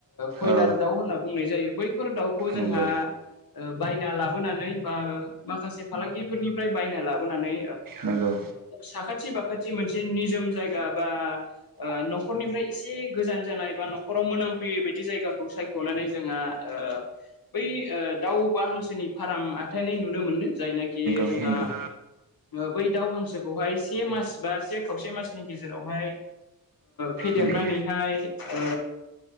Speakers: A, on the left (about 75°); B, on the right (about 65°).
A: कयलार
B: औ
A: दाउ होनना बु नाय जायो बैफोर दाउखौ जोंहा
B: नंगौ
A: ओ बायना लाबोनानै बा माखासे फालांगिफोरनिफ्राय बायना लाबो बोनानै
B: नंगौ
A: साखाथि बाखाथि मोनसे निजोम जायगा बा ओ न'खरनिफ्राय एसे गोजान जानाय बा न'खराव मोनामफैयै बायदि जायगाखौ सायख'नानै जोङो <unintelligible> बै दाउ बा हांसोनि फार्म हथायनाय नुनो मोनो जायनाखि
B: नोंगौ
A: जोंहा बै दाव हांसोखौहाय से मास बा से खावसे मासनि गेजेरावहाय फेदेरनानैहाय
B: नंगौ
A: ओ